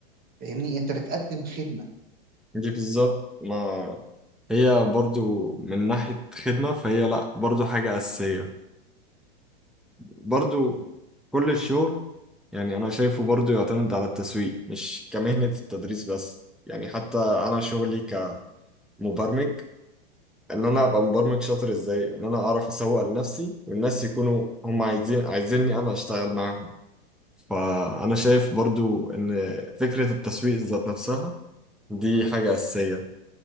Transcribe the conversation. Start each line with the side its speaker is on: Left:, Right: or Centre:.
Right: فاهمني انت بتقدم خدمه
Centre: دي بالظبط ما هي برضو من ناحية خدمة فهي لأ برضو حاجة أساسية برضو كل الشغل يعني أنا شايفه برضو يعتمد على التسويق مش كمهنة التدريس بس يعني حتى أنا شغلي كمبرمج إن أنا أبقى مبرمج شاطر إزاي إن أنا أعرف أسوق لنفسي والناس يكونوا هم عايزين عايزيني أنا أشتغل معاهم فأنا شايف برضو إن فكرة التسويق ذات نفسها دي حاجة أساسية